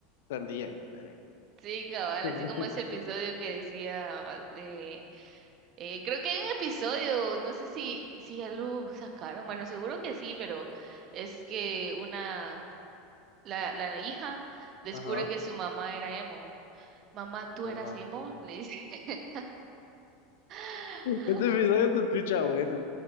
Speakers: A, on the left; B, on the right.
A: tardía. espere.
B: Sí, cabal,
A: <laughs>
B: así como ese episodio que decía de... eh, creo que hay un episodio, no sé si, si ya lo sacaron, bueno, seguro que sí, pero es que una, la, la hija descubre
A: Ajá.
B: que su mamá era emo. Mamá, ¿tú
A: Wow.
B: eras emo? Le dice. <laughs>
A: Este episodio se escucha bueno.